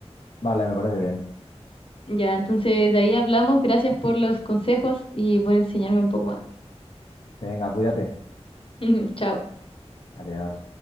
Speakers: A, on the left; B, on the left.
A: Vale, me parece bien.
B: Ya, entonces de ahí hablamos. Gracias por los consejos y por enseñarme un poco más.
A: Venga, cuídate.
B: <laughs> Chao.
A: Adiós.